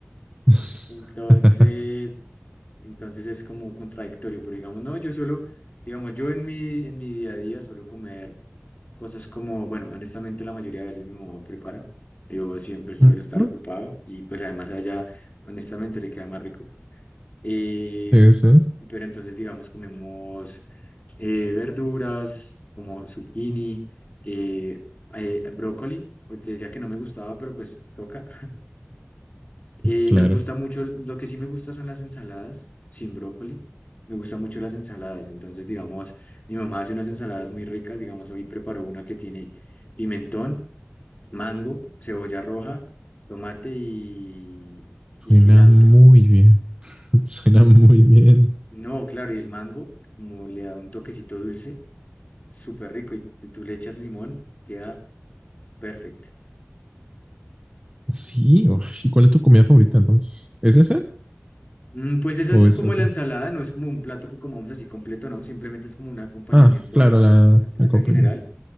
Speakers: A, on the right; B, on the left.
A: <laughs>
B: Entonces, entonces es como contradictorio, pero digamos, no, yo suelo, digamos, yo en mi, en mi día a día suelo comer Cosas como, bueno, honestamente la mayoría de veces mi mamá prepara. Yo siempre suelo
A: Ujú.
B: estar ocupado y pues además allá, honestamente, le queda más rico. Eh,
A: Sí, sí,
B: pero entonces, digamos, comemos eh, verduras como zucchini, eh, eh, brócoli. Pues, Te decía que no me gustaba, pero pues toca. Eh,
A: claro.
B: nos gusta mucho, lo que sí me gusta son las ensaladas sin brócoli. Me gustan mucho las ensaladas. Entonces, digamos, mi mamá hace unas ensaladas muy ricas. Digamos, hoy preparó una que tiene pimentón mango, cebolla roja, tomate y, y
A: Suena
B: cilantro.
A: muy bien, <laughs> suena muy bien.
B: No, claro, y el mango, como le da un toquecito dulce, súper rico, y tú le echas limón, queda perfecto.
A: Sí, uy, ¿y cuál es tu comida favorita entonces? ¿Es esa
B: Mm, Pues esa
A: o
B: es
A: es
B: como
A: otra?
B: la ensalada, no es como un plato que comamos así completo, no, simplemente es como un acompañamiento
A: Ah, claro,
B: a-
A: la
B: al al plato
A: acompañante.
B: en general.